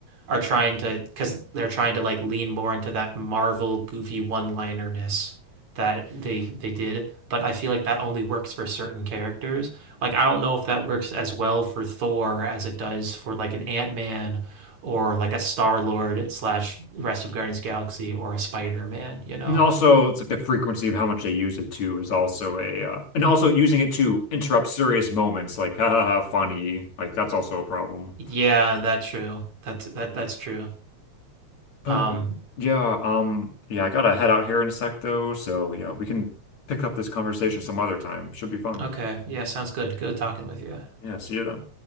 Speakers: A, on the right; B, on the left.
A: are trying to because they're trying to like lean more into that Marvel goofy one-linerness that they they did. But I feel like that only works for certain characters. Like I don't know if that works as well for Thor as it does for like an Ant-Man or like a Star-Lord slash rest of Guardians of the Galaxy or a Spider-Man, you know?
B: And also, it's like the frequency of how much they use it too is also a, uh, and also using it to interrupt serious moments, like ha ha ha, funny, like that's also a problem.
A: Yeah, that's true. That's that that's true.
B: But
A: Um,
B: yeah, um, yeah, I gotta head out here in a sec though, so yeah, we can pick up this conversation some other time. Should be fun.
A: okay. Yeah, sounds good. Good talking with you.
B: Yeah, see you then.